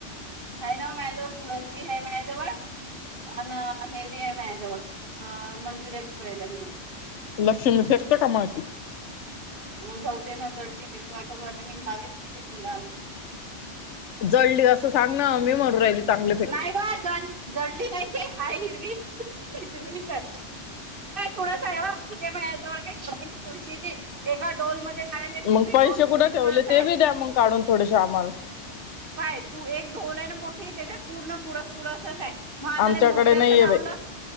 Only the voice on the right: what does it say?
है ना मॅजवळ सुरस बी है मॅजवळ अ हे बी आहे मा जवळ मंजुर्याी पल्या आहे म
मग गौद्यान दळली तेवायगवाता मी लावे दुसरी कुंडान
नाही ग जड जडली नाहीती हाय हिरवी हिरवी काय थोड आहे या जवळ काही कमी आहे तुळशीची एका डोलमध्येध्ये लाले
पुरी
डोल भरून
तुडस आहे
पाय तू एक ढोल आहे ना मोठीे तेच्या पूर्ण तुडस तथडसच आहे मग आता
ते मोगऱ्याचं
लावलं